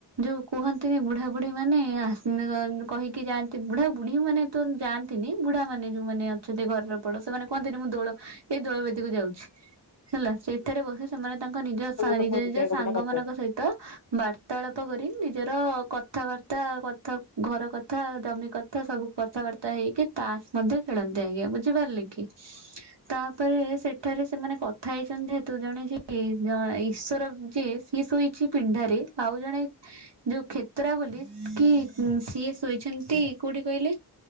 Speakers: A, on the right; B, on the left.
A: ଯୋଉ କୁହନ୍ତି ବୁଢ଼ା ବୁଢ଼ୀ ମାନେ ଆସି କହିକି ଯାନ୍ତି ବୁଢା ବୁଢୀ ମାନେ ତ ଯାଆନ୍ତି ନି ବୁଢାମାନେ ଯୋଉମାନେ ଅଛନ୍ତି ଘରର ବଡ ସେମାନେ କୁହନ୍ତିନି ମୁଁ ଦୋଳ ଏଇ ଦୋଳବେଦୀକୁ ଯାଉଛି। ହେଲା ସେଇଠାରେ ବସି ସେମାନେ ତାଙ୍କ ନିଜ
B: ଆପଣଙ୍କ କଥା ହୃଦୟ
A: ନିଜ ସାଙ୍ଗ
B: ଗମନ କରିପାରୁଚି
A: ମାନଙ୍କ ସହିତ ବାର୍ତ୍ତାଳାପ କରି ନିଜ ର କଥାବାର୍ତ୍ତା କଥା ଘର କଥା ଜମି କଥା ସବୁ କଥାବାର୍ତ୍ତା ହେଇକି ତାସ ମଧ୍ୟ ଖେଳନ୍ତି ଆଜ୍ଞା ବୁଝିପାରିଲେ କି ତାପରେ ସେଠାରେ ସେମାନେ ଥାଇଛନ୍ତି ଯେହତୁ ଜଣେ ଯିଏ ଈଶ୍ଵର ଯିଏ ସିଏ ଶୋଇଛି ପିଣ୍ଡାରେ ଆଉ ଜଣେ ଯୋଉ କ୍ଷେତ୍ରା ବୋଲି କି ସିଏ ଶୋଇଛନ୍ତି କୋଉଠି କହିଲେ